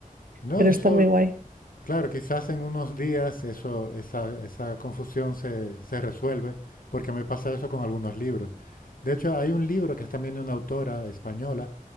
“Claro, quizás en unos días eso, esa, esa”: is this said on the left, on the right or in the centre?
Left